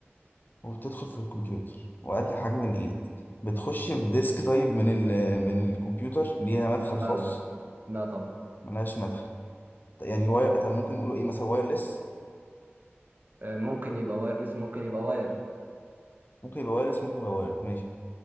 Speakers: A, on the left; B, on the right.
A: وبتدخل في الكمبيوتر وقد حجم الإيد بتخش في ديسك طيب من ال من الكمبيوتر ليها مدخل
B: لا
A: خاص
B: لا لا طبعا
A: ملهاش مدخل طيب يعني واير طب ممكن نقوله إيه مثلا وايرلس
B: آه، ممكن يبقى وايرلس ممكن يبقى وايرد
A: ممكن يبقى وايرلس ممكن يبقى وايرد ماشي